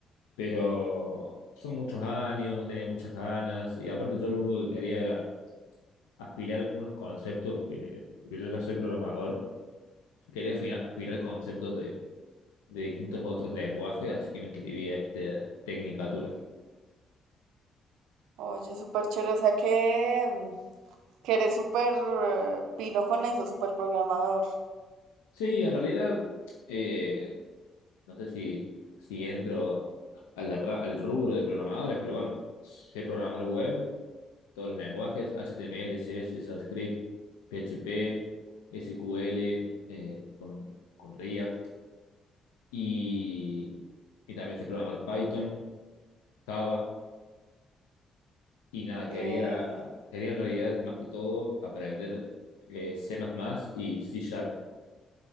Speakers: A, on the left; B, on the right.
A: pero son muchos años, no tenía muchas ganas y aparte yo lo único que quería era aspirar unos conceptos que, porque yo ya soy programador quería afina- afinar conceptos de, de distintos otros lenguajes, así que me escribí a este Tecnicatura.
B: Oye, súper chévere. O sea que, mm, que eres súper eh, pilo con eso, súper programador.
A: Sí, en realidad, eh, no sé si, si entro a la ra- al rubro de programadores, pero bueno, sé programar web, todos los lenguajes, HTML, CSS, JavaScript, PHP, SQL, eh, con, con React, y, y también sé programar Python, Java. Y nada,
B: Que-
A: quería, quería en realidad más que todo aprender eh, C++ y C Sharp.